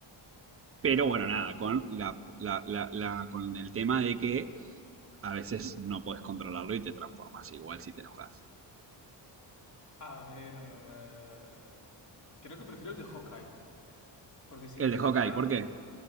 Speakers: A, on the right; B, on the left.
A: Pero bueno,
B: Uh,
A: nada, con la, la- la- la- con el tema de que a veces no podés controlarlo y te transformas igual si te enojas.
B: a ver, eh, creo que prefiero el de Hawkeye, porque siento
A: El de
B: que
A: Hawkeye,
B: me da,
A: ¿por qué?